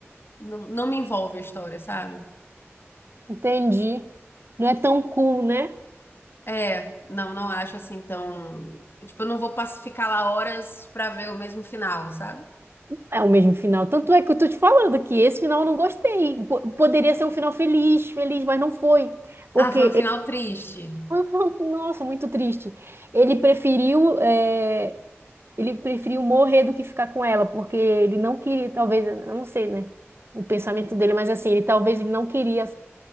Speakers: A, on the left; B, on the right.
A: Não, não me envolve a história, sabe?
B: Entendi. Não é tão cool, né?
A: É. Não, não acho assim tão. Tipo, eu não vou pass- ficar lá horas pra ver o mesmo final, sabe?
B: É o mesmo final. Tanto é que eu tô te falando que esse final eu não gostei. Po- poderia ser um final feliz, feliz, mas não foi. Porque,
A: Ah, foi
B: ele-
A: um final triste.
B: <laughs> nossa, muito triste. Ele preferiu, é, ele preferiu morrer do que ficar com ela, porque ele não queria, talvez, eu não sei, né? O pensamento dele, mas assim, ele talvez ele não queria